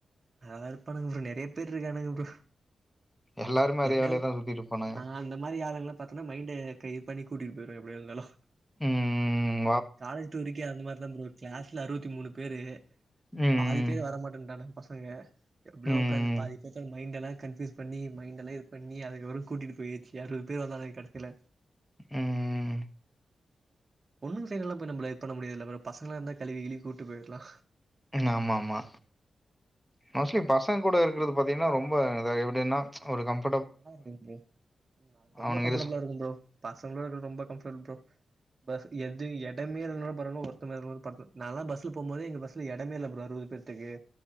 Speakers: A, on the right; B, in the centre.
A: அதா இருப்பானுங்க ப்ரோ நெறையா பேர் இருக்கானுங்க ப்ரோ
B: எல்லாருமே அதே
A: எப்டியவ்
B: வேலைய தா சுத்திட்டு இருப்பானுங்க
A: நா அந்த மாரி ஆளுங்கல்லா பாத்தனா மைண்டே க இத் பண்ணி கூட்டிட்டு போய்று எப்டியா இருந்தாலு
B: ம் ம்
A: காலேஜ் டூர்கே அந்த மாரிதா ப்ரோ கிளாஸ்ல அறுவத்தி மூணு பேரே
B: ம்
A: பாதி பேர் வரமாட்டன்ட்டானுங் பசங்க எப்டியோ
B: ம்
A: உக்காந்து பாதி பேர்த்த மைண்டல்லா கன்ஃப்யூஸ் பண்ணி மைன் எல்லா இது பண்ணி அதுகப்றோ கூட்டிட்டு போயிச்சி அறுவது பேர் வந்தாலு ஏ கடசில
B: ம்ம்
A: பொண்ணுங் சைட் எல்லாம் போய் நம்ப்ல இது பண்ண முடியாத் இல்லவு பஸ்ஸுங்களா இருந்தா கழுவி கிழிவ் கூட்டு போய்ர்லா
B: ம் ஆமாமா பாஸ்லி பசங் கூட இருக்குற்து பாத்தீங்கன்னா ரொம்ப தே எப்டின்னா ஒரு கம்ப்
A: நல்லார்க்கு ப்ரோ ம் நால் ரொம்ப
B: அவனுங்க
A: கஃபர்டபுளா
B: இரு
A: இருக்கும் ப்ரோ பசங்கலோட இருக்குற்து ரொம்ப கம்ஃபள் ப்ரோ பஸ் எது இடமே இல் நான்கு பரனு ஒர்த்து மேல் ஒரு பத்து நாலா பஸ்ல போம்போதே எங்க பஸ்ல எடமேல ப்ரோ அறுவது பேர் துகு